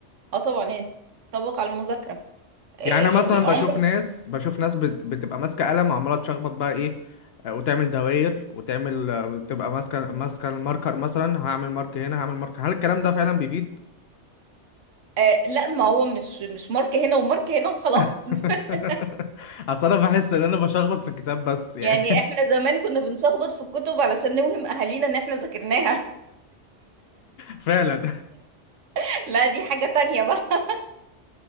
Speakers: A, on the right (about 85°); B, on the left (about 65°).
A: اه طبعا يعني تطبق على المذاكرة آه،
B: يعني انا
A: آه، يعني
B: مثلا
A: عمر
B: بشوف ناس بشوف ناس بت- بتبقى ماسكه قلم وعماله تشخبط بقى ايه آه، وتعمل دواير وتعمل آه، تبقى ماسكه ماسكه الماركر مثلا هعمل مارك هنا هعمل مارك هل الكلام ده فعلا بيفيد
A: آه، لا ما هو مش مش مارك هنا ومارك هنا وخلاص
B: <laughs>
A: <laughs>
B: اصل انا بحس ان انا بشخبط في الكتاب بس يعني
A: يعني احنا زمان كنا بنشخبط في الكتب علشان نوهم اهالينا ان احنا ذاكرناها
B: <laughs> فعلا
A: <laughs> لا دي حاجة تانية بقى